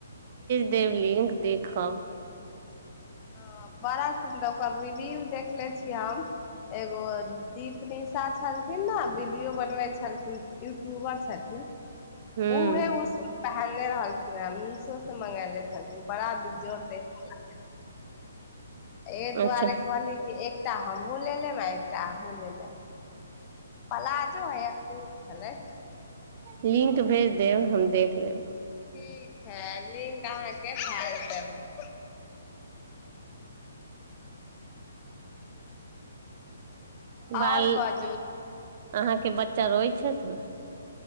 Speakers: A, on the right; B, on the left.
A: वेवलिंक देखब
B: हँ बड़ा सुन्दर ओकर रिव्यू देखले छियै हम एगो दीप निशा छलथिन ने वीडियो बनबे छलथिन यूट्यूबर छथिन
A: हूँ
B: उहे उ सूट पहलनेे रहल र मीशो सँ मंगालै छलखिन बड़ा बेजोड़ तें -लगै हइ ए दुआरे
A: अच्छा
B: कहली कि एक एकटा हमू ले लेम आ एकटा अन्हु ले लेम पलााजो हइ है कू छलै
A: लिंक भेज देब हम देख लेब
B: ठीक है लिंक अहाँके भैज देब हम
A: बाल
B: आओर बाजू
A: अहाँके बच्चा रोय छथुन